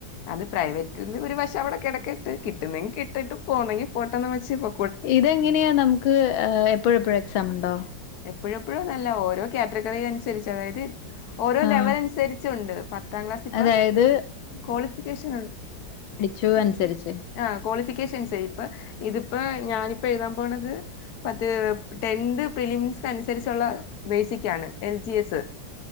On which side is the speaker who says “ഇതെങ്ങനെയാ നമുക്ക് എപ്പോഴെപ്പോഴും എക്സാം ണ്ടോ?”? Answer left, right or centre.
Left